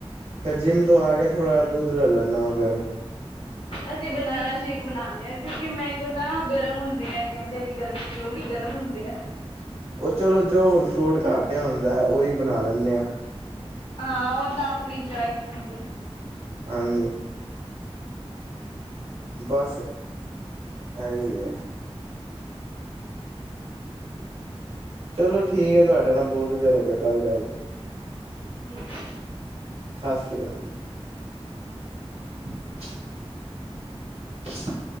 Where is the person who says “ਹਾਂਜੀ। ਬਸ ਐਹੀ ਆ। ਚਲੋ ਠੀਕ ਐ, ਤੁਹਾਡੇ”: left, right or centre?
Right